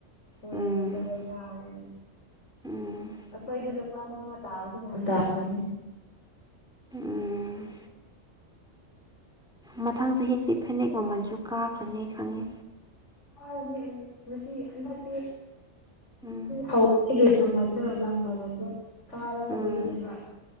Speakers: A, on the left; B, in the centre.
A: ꯃꯣꯏꯗꯥꯗꯤ
B: ꯎꯝ
A: ꯗꯥꯕꯜ ꯀꯥꯕꯅꯤꯅ
B: ꯎꯝ
A: ꯑꯩꯈꯣꯏꯗꯤ ꯂꯨꯄꯥ ꯃꯉꯥ ꯇꯥꯕꯁꯨ ꯌꯥꯝ ꯇꯥꯕꯅꯤ
B: ꯎꯝ ꯃꯊꯪ ꯆꯍꯤꯗꯤ ꯐꯅꯦꯛ ꯃꯃꯜꯁꯨ ꯀꯥꯈ꯭ꯔꯅꯤ ꯈꯪꯉꯦ
A: <unintelligible> ꯎꯝ ꯉꯁꯤ ꯍꯟꯗꯛꯇꯤ
B: ꯎꯝ
A: ꯍꯧꯕꯗꯒꯤ ꯃꯃꯟꯗꯣ ꯂꯪ ꯃꯃꯟꯗꯣ ꯀꯥꯔꯛꯇꯕꯩꯒꯤꯅꯤꯕ
B: ꯎꯝ